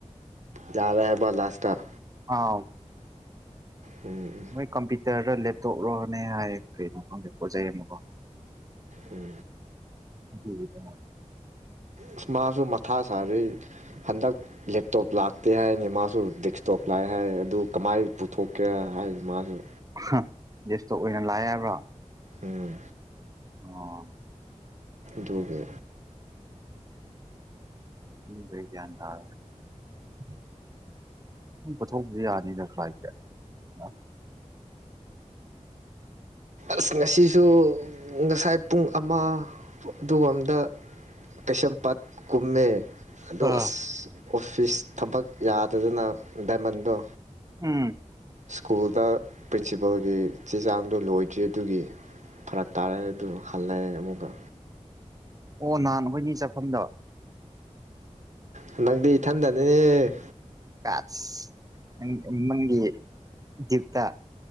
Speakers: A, on the right; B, on the right.
A: ꯌꯥꯔꯦ ꯍꯥꯏꯕ ꯂꯥꯁꯇ
B: ꯑꯥꯎ
A: ꯎꯝ ꯎꯝ
B: ꯃꯣꯏ ꯀꯝꯄ꯭ꯌꯨꯇꯔꯔꯣ ꯂꯦꯞꯇꯣꯞꯔꯣꯅꯦ ꯍꯥꯏꯌꯦ ꯀꯔꯤ ꯅꯣ ꯍꯪꯗꯦ ꯄꯣꯠꯆꯩ ꯑꯃ ꯀꯣ
A: ꯎꯝ
B: ꯑꯗꯨꯕꯨ ꯗ
A: ꯑꯁ ꯃꯥꯁꯨ ꯃꯊꯥ ꯁꯥꯔꯨꯏ ꯍꯟꯗꯛ ꯂꯦꯞꯇꯣꯞ ꯂꯥꯛꯇꯦ ꯍꯥꯏꯅꯤ ꯃꯥꯁꯨ ꯗꯦꯛꯁꯇꯣꯞ ꯂꯥꯛꯑ ꯍꯥꯏ ꯑꯗꯨ ꯀꯃꯥꯏ ꯄꯨꯊꯣꯛꯀꯦ ꯍꯥꯏ ꯃꯥꯁꯨ
B: ꯍ ꯗꯦꯁꯇꯣꯞ ꯑꯣꯏꯅ ꯂꯥꯛꯑꯦ ꯍꯥꯏꯕ꯭ꯔꯣ
A: ꯎꯝ
B: ꯑꯣ
A: ꯗꯨꯒꯤ
B: <unintelligible> ꯄꯨꯊꯣꯛꯕꯗꯤ ꯌꯥꯅꯤꯅ ꯐ꯭ꯂꯥꯏꯠꯇ ꯑ
A: ꯑꯁ ꯉꯁꯤꯁꯨ ꯉꯁꯥꯏ ꯄꯨꯡ ꯑꯃ ꯑꯗꯨꯒꯔꯣꯝꯗ ꯀꯩꯁꯝꯄꯥꯠ ꯀꯨꯝꯃꯦ
B: ꯑꯥ
A: ꯑꯗ ꯑꯁ ꯑꯣꯐꯤꯁ ꯊꯕꯛ ꯌꯥꯗꯗꯅ ꯗꯥꯏꯃꯟꯗꯣ
B: ꯎꯝ
A: ꯁ꯭ꯀꯨꯜꯗ ꯄ꯭ꯔꯤꯟꯁꯤꯄꯜꯒꯤ ꯆꯦ ꯆꯥꯡꯗꯣ ꯂꯣꯏ ꯆꯦꯗꯨꯒꯤ ꯐꯔꯛ ꯇꯥꯔꯦ ꯑꯗꯨ ꯍꯜꯂꯛꯑꯦ ꯑꯃꯨꯛꯀ
B: ꯑꯣ ꯅꯍꯥꯟ ꯑꯩꯈꯣꯏꯅꯤ ꯆꯥꯐꯝꯗꯣ
A: ꯍꯟꯗ ꯗꯤ ꯏꯊꯟꯗꯥꯅꯦ
B: ꯀꯥꯁ ꯃꯪꯒꯤ ꯗ꯭ꯌꯨꯛꯇ